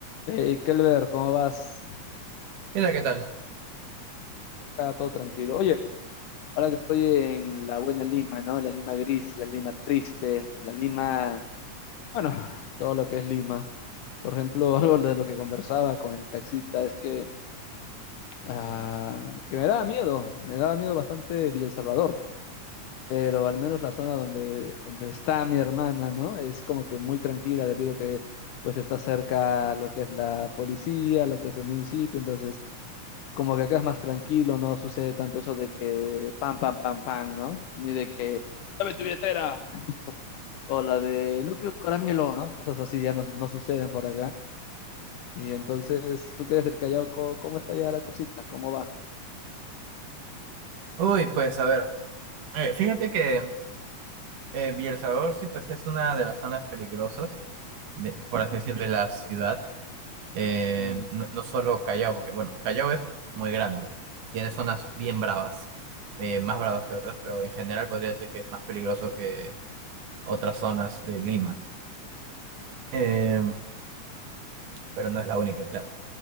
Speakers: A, on the left; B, on the right.
A: Hey, Kelber, ¿cómo vas?
B: Mira, ¿qué tal?
A: Acá todo tranquilo. Oye, ahora que estoy en la buena Lima, ¿no? La Lima gris, la Lima triste, la Lima, bueno, todo lo que es Lima. Por ejemplo, <laughs> algo de lo que conversaba con el taxista es que, ah, que me daba miedo, me daba miedo bastante Villa El Salvador. pero al menos la zona donde, donde está mi hermana, ¿no? Es como que muy tranquila debido a que pues está cerca lo que es la policía, lo que es el municipio, entonces como que acá es más tranquilo, no sucede tanto eso de que pam, pam, pam, pam, ¿no? Ni de que dame tu billetera o la de no quiero tu caramelo, ¿no? Cosas así ya no, no suceden por acá. Y entonces, tú que eres del Callao, co- ¿cómo está ya la cosita? ¿Cómo va?
B: Uy, pues a ver, eh, fíjate que eh, El Salvador sí pues es una de las zonas peligrosas, de, por así decirlo, de la ciudad. Eh,
A: Mm.
B: no, no solo Callao, porque bueno, Callao es muy grande, tiene zonas bien bravas, eh, más bravas que otras, pero en general podría decir que es más peligroso que otras zonas de Lima. Eh, pero no es la única, claro.